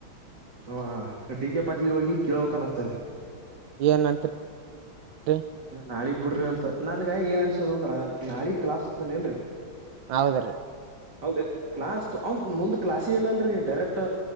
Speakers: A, on the right; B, on the right.
A: ಹ ಡಿ ಕೆ ಪಾಟಿಲ್ ಅವ್ರಿಗೆ ಕೇಳ್ಬೇಕನ್ತ್ತರಿ
B: ಏನಂತ ಹ
A: ನಾಳಿಗ್ ಬಿಡ್ರಿ ಅಂತ ನನ್ಗ ಏನ್ ಅನ್ಸದ ಅಂದ್ರ ನಾಳಗ್ ಕ್ಲಾಸ್ ಅದ ಇಲ್ರರಿ
B: ಹೌದ್ರೀ
A: ಹೌದೇ ಕ್ಲಾಸ್ ಅವ ಮುಂದ್ ಕ್ಲಾಸ್ ಇಲ್ಲಲ್ರರಿ ಡೈರೆಕ್ಟ್